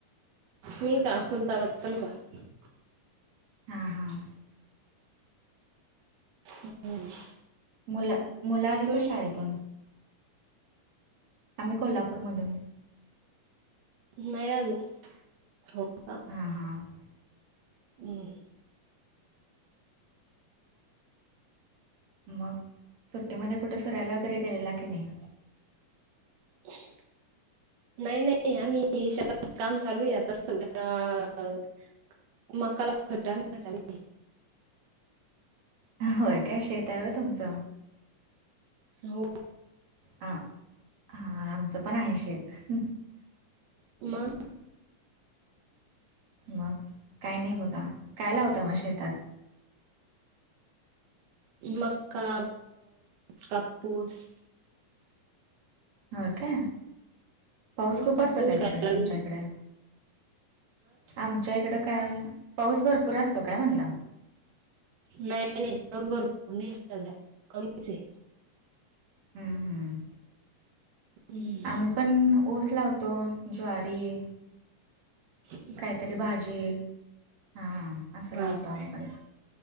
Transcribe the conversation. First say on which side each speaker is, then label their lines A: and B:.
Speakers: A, on the right (about 80°); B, on the right (about 60°).
A: मी का? खुलताबाद <unintelligible> अक्कलकोट.
B: हां हां.
A: हम्म. <unintelligible>
B: मुल, मुल आली
A: तुम्ही
B: का शाळेतून? आम्ही कोल्हापूर मधून.
A: नाही अजून. हो का?
B: हां हां
A: हम्.
B: मग सुट्टीमध्ये कुठे फिरायला वगैरे गेलेला की नाही?
A: रीकाम आहे नाही नाही. आम्ही शताताच काम चालूए आता. <unintelligible> मका ला खटा <unintelligible>
B: होय का? शेत आहे होय तुमच?
A: हो.
B: हा. हा. आमचं पण आहे शेत.
A: म -
B: मग काय नाही बघा. काय लावता मग शेतात?
A: मक्का, कापूस.
B: हो का? पाऊस
A: हम्म.
B: खूप असतो
A: तुम्ही
B: काय तिकडे
A: लागेल
B: तुमच्या इकडे? आमच्या इकडं काय? पाऊस भरपूर असतो काय म्हणलं?
A: नाही नाही. पाऊस भरपुर नाही सध्या कमीच आहे.
B: हम्म हम्म.
A: हम्म.
B: आम्ही - पण ऊस लावतो. ज्वारी-
A: ह
B: काहीतरी भाजी. हा. असं लावतो
A: हा
B: आम्ही पण.